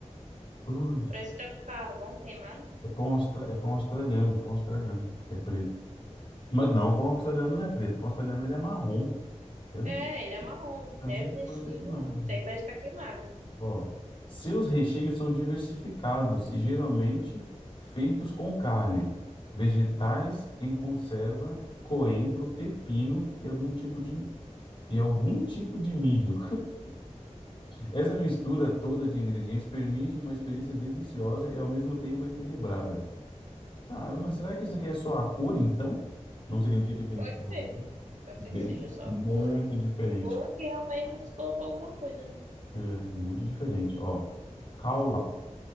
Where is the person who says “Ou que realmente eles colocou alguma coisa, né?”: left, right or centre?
Right